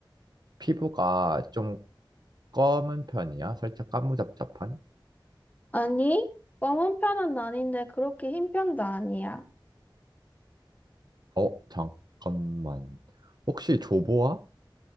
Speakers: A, on the right; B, on the left.
A: 피부가 좀 검은 편이야? 살짝 까무잡잡한?
B: 아니, 검은 편은 아닌데 그렇게 흰 편도 아니야.
A: 어, 잠깐만. 혹시 조보아?